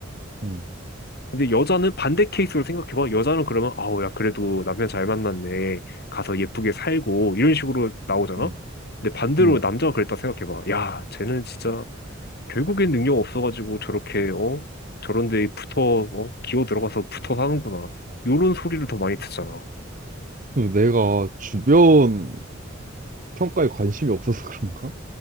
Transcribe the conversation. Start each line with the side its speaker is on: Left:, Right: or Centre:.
Right: 음,
Left: 근데 여자는 반대 케이스로 생각해봐. 여자는 그러면, 아우, 야, 그래도 남편 잘 만났네. 가서 예쁘게 살고, 이런 식으로 나오잖아?
Right: 음.
Left: 근데 반대로
Right: 음.
Left: 남자가 그랬다 생각해봐. 야, 쟤는 진짜, 결국엔 능력 없어가지고 저렇게, 어? 저런 데 붙어, 어? 기어 들어가서 붙어 사는구나. 요런 소리를 더 많이 듣잖아.
Right: 그 내가 주변 평가에 관심이 없어서 <laughs> 그런가?